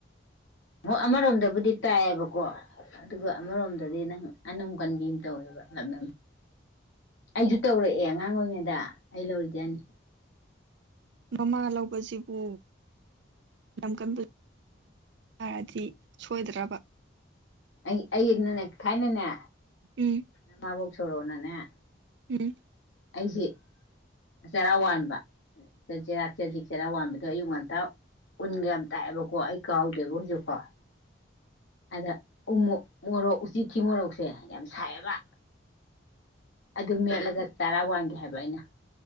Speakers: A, on the left; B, on the right.
A: ꯃꯣꯏ ꯑꯃꯔꯣꯝꯗꯕꯨꯗꯤ ꯇꯥꯏꯑꯕꯀꯣ ꯑꯗꯨꯒ ꯑꯃꯔꯣꯝꯗꯗꯤ ꯅꯪ ꯑꯅ ꯑꯃꯨꯛ ꯀꯟꯕꯤ ꯑꯃ ꯇꯧꯋꯦꯕ ꯂꯞꯅ ꯑꯩꯁꯨ ꯇꯧꯔꯛꯑꯦ ꯑꯉꯥꯡ ꯑꯣꯏꯔꯤꯉꯩꯗ ꯑꯩ ꯂꯧꯔꯤꯖꯅꯤ
B: ꯃꯃꯥ ꯂꯧꯕꯁꯤꯕꯨ ꯀꯟꯕꯨ ꯍꯥꯏꯔꯗꯤ ꯁꯣꯏꯗ꯭ꯔꯕ
A: ꯑꯩ ꯑꯩꯅꯅꯦ ꯊꯥꯏꯅꯅꯦ
B: ꯎꯝ
A: ꯅꯃꯥꯕꯧ ꯁꯣꯔꯣꯅꯅꯦ
B: ꯎꯝ
A: ꯑꯩꯁꯤ ꯆꯔꯥ ꯋꯥꯕ ꯆꯩꯔꯥꯛ ꯆꯖꯤꯛ ꯆꯔꯥ ꯋꯥꯟꯗꯣ ꯑꯌꯨꯛ ꯉꯟꯇꯥ ꯎꯟꯒ ꯌꯥꯝ ꯇꯥꯛꯑꯦꯕꯀꯣ ꯑꯩ ꯀꯥꯎꯗꯦꯕ ꯍꯧꯖꯤꯛꯐꯥꯎ ꯑꯗ ꯎꯣꯛ ꯃꯣꯔꯣꯛ ꯎꯆꯤꯊꯤ ꯃꯣꯔꯣꯛꯁꯦ ꯌꯥꯝ ꯁꯥꯏꯑꯦꯕ ꯑꯗꯨ ꯃꯦꯠꯂꯒ ꯆꯥꯔꯥ ꯋꯥꯡꯒꯦ ꯍꯥꯏꯕ ꯑꯩꯅ